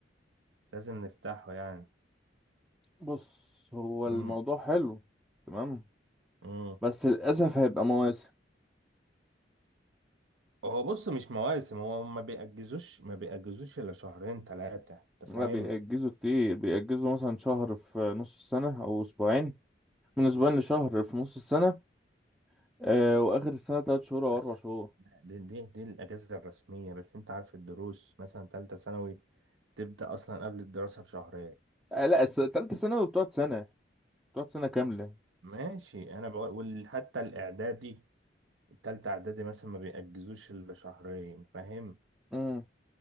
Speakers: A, on the right; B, in the centre.
A: لازم نفتحه يعني
B: بص هو
A: مم.
B: الموضوع حلو تمام
A: مم.
B: بس للاسف هيبقى مواسم
A: هو بص مش مواسم هو ما بيأجزوش ما بيأجزوش إلا شهرين ثلاثة أنت
B: لا
A: فاهم
B: بيأجزوا كتير بيأجزوا مثلا شهر في نص السنة أو أسبوعين من أسبوعين لشهر في نص السنة آه وآخر السنة تلات شهور أو
A: بس
B: أربع شهور
A: دي دي دي الأجازة الرسمية بس أنت عارف الدروس مثلا تالتة ثانوي تبدأ أصلا قبل الدراسة بشهرين
B: آه لا الس- تالتة ثانوي بتقعد سنة بتقعد سنة كاملة
A: ماشي أنا بقول حتى الإعدادي التالتة إعدادي مثلا ما بيأجزوش إلا شهرين فاهم
B: مم.